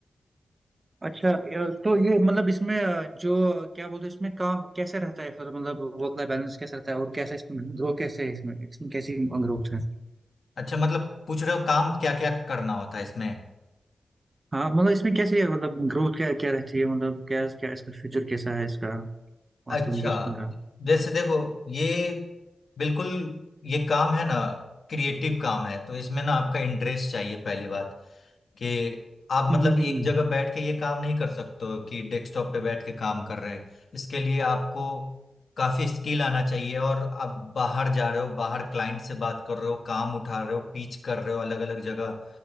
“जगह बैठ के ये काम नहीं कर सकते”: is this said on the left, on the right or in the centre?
Left